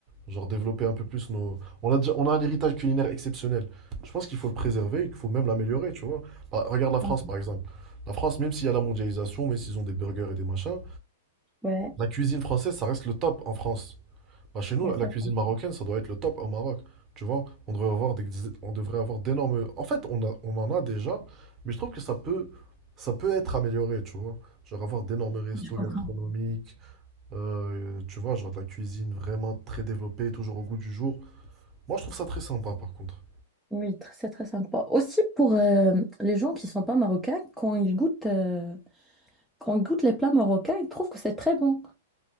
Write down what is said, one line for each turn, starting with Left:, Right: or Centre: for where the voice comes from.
Right: Genre développer un peu plus nos... On a déjà- on a un héritage culinaire exceptionnel. Je pense qu'il faut le préserver, et qu'il faut même l'améliorer, tu vois. Bah, regarde la France,
Centre: Ouais,
Right: par exemple. La France, même s'il y a la mondialisation, même s'ils ont des burgers et des machins,
Centre: ouais,
Right: la cuisine française, ça reste le top en France. Bah, chez nous,
Centre: ouais,
Right: la
Centre: c'est
Right: la cuisine
Centre: ça.
Right: marocaine, ça doit être le top au Maroc. Tu vois, on devrait avoir des... on devrait avoir d'énormes... En fait, on a- on en a déjà, mais je trouve que ça peut, ça peut être amélioré, tu vois. Genre avoir d'énormes restos
Centre: Je comprends.
Right: gastronomiques, euh, tu vois, genre de la cuisine vraiment très développée, toujours au goût du jour. Moi, je trouve ça très sympa, par contre.
Centre: Oui, tr- c'est très sympa. Aussi pour euh, les gens qui sont pas marocains, quand ils goûtent, euh, quand ils goûtent les plats marocains, ils trouvent que c'est très bon.